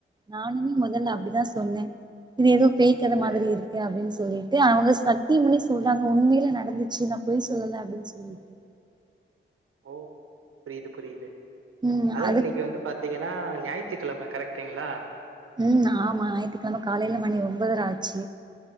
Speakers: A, on the right (about 20°); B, on the right (about 85°).
A: நானுமே முதல்ல
B: ஓ!
A: அப்டிதா சொன்னே இது ஏதோ பேய்கத
B: இல்ல.
A: மாரி இருக்கு அப்டின்னு சொல்லிட்டு அவங்க சத்தியம் பண்ணி சொல்றாங்க உண்மையில நடந்துச்சு பொய் சொல்லல்ல அப்டின்னு சொல்லிட்டு
B: ஓ! புரியுது புரியுது
A: ம்
B: அதுவு
A: அதுக்கு
B: இன்னிக்கு வந்து பாத்தீங்கன்னா ஞாயித்துக்கெழம கரெக்டுங்களா
A: ம் ஆமா ஞாயித்துக்கிழம காலையில மணி ஒன்பதுரை ஆட்சி